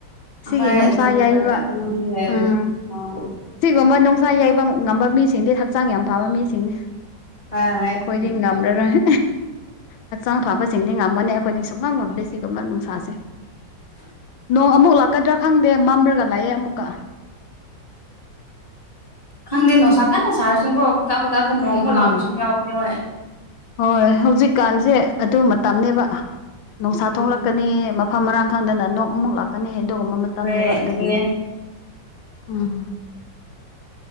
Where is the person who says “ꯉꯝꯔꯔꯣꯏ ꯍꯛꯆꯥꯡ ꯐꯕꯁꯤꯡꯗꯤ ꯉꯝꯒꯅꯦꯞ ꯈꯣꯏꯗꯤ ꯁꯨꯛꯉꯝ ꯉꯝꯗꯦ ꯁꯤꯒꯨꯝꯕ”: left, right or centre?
Left